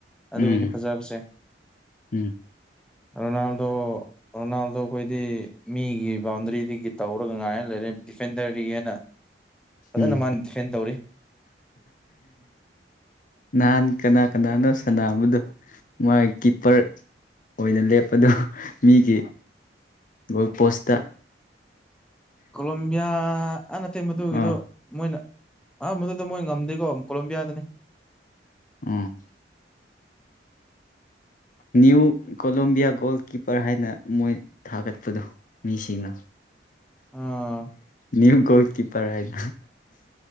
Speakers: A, in the centre; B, on the left.
A: ꯑꯗꯨꯒꯤꯅꯤ
B: ꯎꯝ
A: ꯐꯖꯕꯁꯦ
B: ꯎꯝ
A: ꯔꯣꯅꯥꯜꯗꯣ ꯔꯣꯅꯥꯜꯗꯣ ꯈꯣꯏꯗꯤ ꯃꯤꯒꯤ ꯕꯥꯎꯟꯗꯔꯤꯗꯒꯤ ꯇꯧꯔꯒ ꯉꯥꯏꯅ ꯂꯩꯔꯦ ꯗꯤꯐꯦꯟꯗꯔꯗꯒꯤ ꯍꯦꯟꯅ ꯐꯖꯅ
B: ꯎꯝ
A: ꯃꯥꯅ ꯗꯤꯐꯦꯟ ꯇꯧꯔꯤ
B: ꯅꯍꯥꯟ ꯀꯅꯥ ꯀꯅꯥꯅꯣ ꯁꯅꯥꯕꯗꯣ ꯃꯥꯒꯤ ꯀꯤꯞꯄꯔ ꯑꯣꯏꯅ ꯂꯦꯞꯄꯗꯨ ꯃꯤꯒꯤ ꯒꯣꯜ ꯄꯣꯁꯇ
A: ꯀꯣꯂꯣꯕꯤꯌꯥ ꯑ ꯅꯠꯇꯦ ꯃꯗꯨꯒꯤꯗꯨ
B: ꯑꯥ
A: ꯃꯣꯏꯅ ꯑ ꯃꯗꯨꯗ ꯃꯣꯏ ꯉꯝꯗꯦꯀꯣ ꯑꯃꯨ ꯀꯣꯂꯂꯝꯕꯤꯌꯥꯗꯅꯤ
B: ꯎꯝ ꯅ꯭ꯌꯨ ꯀꯣꯂꯣꯕꯤꯌꯥ ꯒꯣꯜ ꯀꯤꯞꯄꯔ ꯍꯥꯏꯅ ꯃꯣꯏ ꯊꯥꯒꯠꯄꯗꯣ ꯃꯤꯁꯤꯡꯅ
A: ꯑꯥ
B: ꯅ꯭ꯌꯨ ꯒꯣꯜ ꯀꯤꯄꯔ ꯍꯥꯏꯕ